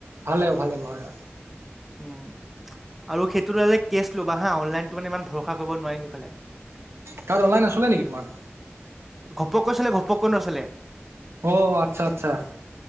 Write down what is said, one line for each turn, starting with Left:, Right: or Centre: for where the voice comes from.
Right: ভালে অ ভালে হয়।
Centre: উম, আৰু সেইটো ললে কেছ ল'বা হা অনলাইনটো মানে ইমান ভৰসা কৰিব নোৱাৰি সেইফালে।
Right: তাত অনলাইন আছিলে নেকি তোমাৰ।
Centre: ঘপকৈ চলে ঘপকৈ নছলে।
Right: অ আচ্ছা আচ্ছা।